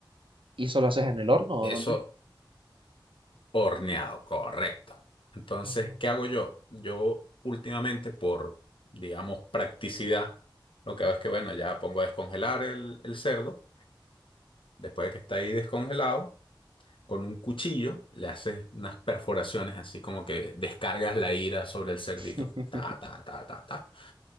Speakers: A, on the right (about 80°); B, on the left (about 80°).
A: ¿Y solo haces en el horno o
B: Eso
A: dónde?
B: horneado, correcto. Entonces,
A: Ah,
B: ¿qué hago yo? Yo últimamente por, digamos, practicidad, lo que hago es que, bueno, ya pongo a descongelar el, el cerdo, después de que está ahí descongelado. con un cuchillo le haces unas perforaciones así como que descargas la ira sobre el cerdito.
A: <laughs>
B: Ta, ta, ta, ta, ta.